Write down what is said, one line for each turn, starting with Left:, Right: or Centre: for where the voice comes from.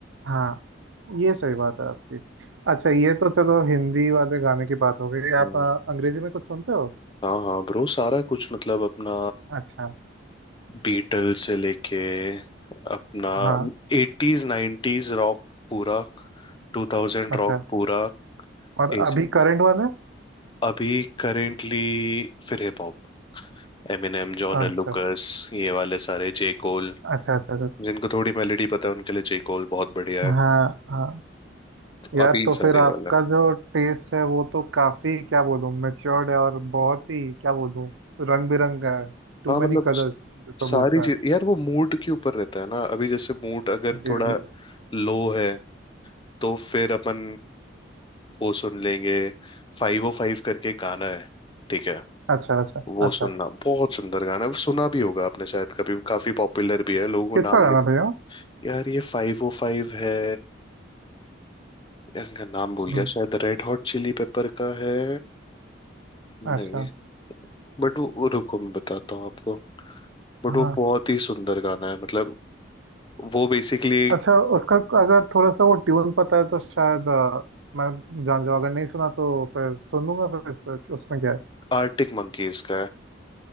Right: हाँ ये सही बात है आपकी अच्छा ये तो चलो हिंदी वाले गाने की बात हो गई
Left: हम्म।
Right: आप अ, अंग्रेजी में कुछ सुनते हो
Left: हाँ हाँ ब्रो सारा कुछ मतलब अपना
Right: अच्छा
Left: बीटल से लेके अपना
Right: हाँ
Left: एटीज 90s रॉक पूरा टू थाउजेंड
Right: अच्छा
Left: रॉक पूरा
Right: और
Left: ऐसे
Right: अभी करंट वाले
Left: अभी करेंटली फिर hip hop Eminem John
Right: अच्छा
Left: Lucas ये वाले सारे जे कोल
Right: अच्छा अच्छा अच्छा
Left: जिनको थोड़ी मेलोडी पता है उनके लिए जे कोल बहुत बढ़िया
Right: हाँ
Left: है
Right: हाँ
Left: तो
Right: यार
Left: अभी
Right: तो
Left: सारे
Right: फिर आपका
Left: ये वाले
Right: जो टेस्ट है वो तो काफी क्या बोलूँ मेच्योर्ड है और बहुत ही क्या बोलूँ रंग बिरंगा है टू
Left: हाँ मतलब
Right: मेनी कलर्स
Left: स-
Right: जिसको
Left: सारी
Right: बोलता
Left: चीज
Right: है
Left: यार वो मूड के ऊपर रहता है ना अभी जैसे मूड अगर
Right: जी
Left: थोड़ा
Right: जी
Left: लो है तो फिर अपन वो सुन लेंगे फाइव ओ फाइव करके गाना है ठीक है
Right: अच्छा अच्छा
Left: वो
Right: अच्छा
Left: सुनना बहुत सुंदर गाना है सुना भी होगा आपने शायद कभी काफी पॉपुलर भी है लोगों को
Right: किसका
Left: नाम
Right: गाना
Left: नहीं पता
Right: भैया
Left: यार ये फाइव ओ फाइव है यार इनका नाम भूल
Right: हम्म,
Left: गया शायद रेड हॉट चिली पेपर का है नहीं
Right: अच्छा
Left: बट वो वो रुको मैं बताता हूँ आपको बट
Right: हाँ
Left: वो बहुत ही सुंदर गाना है मतलब वो बेसिकली
Right: अच्छा उसका अगर थोड़ा सा वो ट्यून पता है तो शायद अ, मैं जान जाऊँ अगर नहीं सुना तो फिर सुनूंगा फिर से कि उसमें क्या है
Left: आर्टिक मंकीज का है